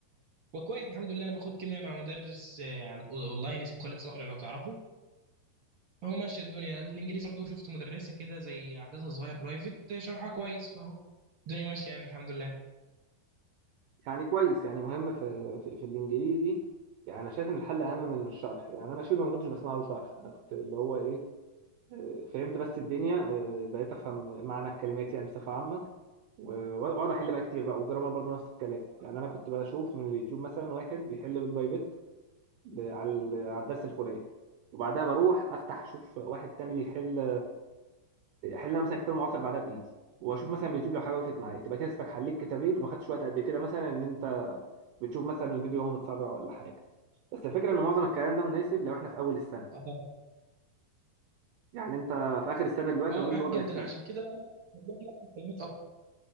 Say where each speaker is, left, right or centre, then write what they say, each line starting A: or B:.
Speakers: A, on the right; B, on the right.
A: وكويس الحمد لله انا باخد كيمياء مع مدرس آه، على الأو- اونلاين اسمه خالد صقر لو تعرفه فهو ماشيه الدنيا الانجليزي برضه شفت مدرسه كده زي عددها صغير برايفت آه، شرحها كويس فهو الدنيا ماشيه يعني الحمد لله
B: يعني كويس يعني مهم في في, في الانجليزي يعني انا شايف ان الحل اهم من الشرح يعني انا شبه ما كنتش بسمع له شرح انا كنت اللي هو ايه آه، فهمت بس الدنيا آه، بقيت افهم معنى الكلمات يعني بصفه عامه و- واقعد احل بقى كتير بقى والجرامر برضه نفس الكلام يعني انا كنت بشوف من اليوتيوب مثلا واحد بيحل بيت باي بيت ل- على ال- على الدرس الفلاني وبعدها بروح افتح اشوف واحد تاني بيحل احل انا مثلا كتاب معاصر بعدها بايدي واشوف مثلا فيديو لو حاجه وقفت معايا تبقى كده اسمك حليت كتابين وما خدتش وقت قد كده مثلا ان انت بتشوف مثلا الفيديو وهو متسرع ولا حاجه بس الفكره ان معظم الكلام ده مناسب لو احنا في اول السنه
A: اه
B: يعني انت في اخر السنه دلوقتي
A: اه
B: اظن
A: معاك
B: الوضع
A: جدا
B: يختلف
A: عشان كده بقى دلوقتي بحفظ كلمات اكتر